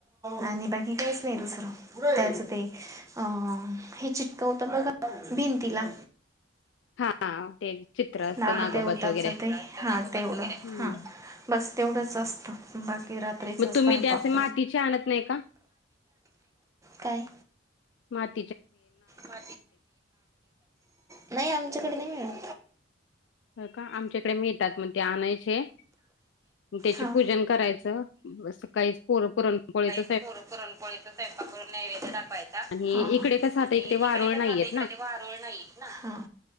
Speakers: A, on the right; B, on the left.
A: आणि बाकी काहीच नाही दुसरं त्याच ते.... अ हे चिटकवतं बघ भिंतीला.....
B: हा ते.... चित्र असतं
A: नाग
B: नागोबाचं
A: देेवताचं
B: वगैरे
A: ते हां तेवढं
B: हम्म.
A: हां बस तेवढंच असतं. बाकी रात्रीचा
B: मग तुम्ही
A: स्वयंपाक
B: ते असे मातीचे आणत नाही का?
A: काय
B: मग
A: ना नाही आमच्याकडे नाही मित
B: का आमच्याकडे मिळतात म आणायचे त्याचे
A: हां
B: पूजन करायचं सकाळीर पुरणपोळीच
A: र पुरणपोळीच स्वयपा करून नैवेद्य दाखवायचा
B: आणि इकडे कसं आता
A: आणि इकडे
B: वारूळ
A: कस
B: नाहीयेत
A: आता इकडे वारळ नाही ना